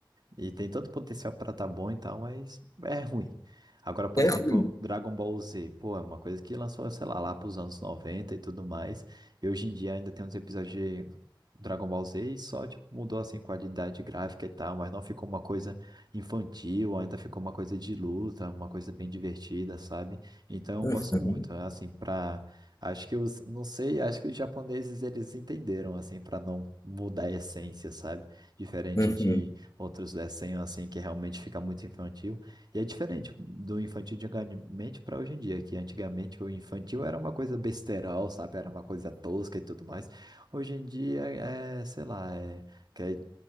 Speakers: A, on the right; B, on the left.
A: E tem todo o potencial pra tá bom e tal, mas é ruim. Agora, por
B: É
A: exemplo,
B: ruim.
A: Dragon Ball Z, pô, é uma coisa que lançou, sei lá, lá pros anos 90 e tudo mais. E hoje em dia ainda tem uns episódios de Dragon Ball Z e só, tipo, mudou, assim, qualidade gráfica e tal, mas não ficou uma coisa infantil, ainda ficou uma coisa de luta, uma coisa bem divertida, sabe? Então,
B: Uhum,
A: eu gosto muito, né? assim, pra... Acho que os, não sei, acho que os japoneses, eles entenderam, assim, pra não mudar a essência, sabe? Diferente
B: uhum,
A: de outros desenhos assim que realmente fica muito infantil. E é diferente do infantil de antigamente para hoje em dia, que antigamente o infantil era uma coisa besterol, sabe? Era uma coisa tosca e tudo mais. Hoje em dia é, é, sei lá, é, quer-